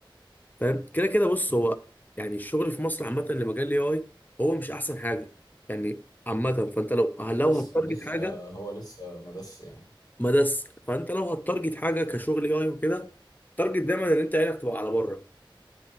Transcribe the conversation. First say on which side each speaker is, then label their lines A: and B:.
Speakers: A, on the left; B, on the left.
A: فاهم كده كده بص
B: مم.
A: هو يعني الشغل في مصر عامه اللي مجال الاي اي هو مش احسن حاجه يعني عامه فانت لو لو
B: لسه
A: هتارجت
B: لسه
A: حاجه
B: هو لسه مدس يعني
A: ما دس فانت لو هتارجت حاجه كشغل اي اي وكده تارجت دايما ان انت عينك تبقى على بره